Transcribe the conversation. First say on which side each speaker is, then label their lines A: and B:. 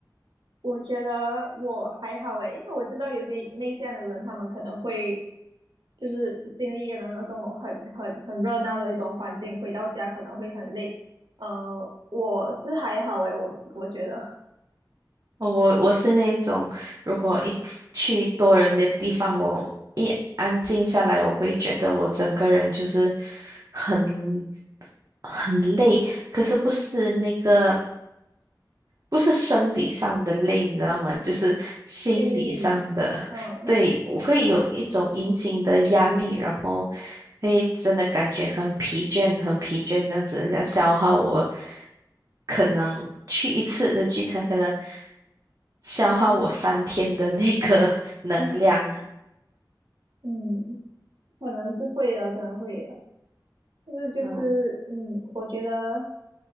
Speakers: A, on the right; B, on the right.
A: 我觉得我还好诶，因为我知道有些内向的人，他们可能会就是经历了那种很很很热闹的一种环境，回到家可能会很累。呃，我是还好诶，我我觉得
B: 我我是那种，如果一去多人的地方，我一安静下来，我会觉得我整个人就是很很累。可是不是那个。不是生理上的累，你知道吗？就是心理上的，
A: 心理，嗯
B: 对，我会有一种隐形的压力，然后会真的感觉很疲倦，很疲倦，这样子，人家消耗我，可能去一次的聚餐，可能消耗我三天的那个 <laughs> 能量。
A: <laughs> 嗯，可能是会的，可能会的，但是就是，
B: 嗯，
A: 嗯，我觉得。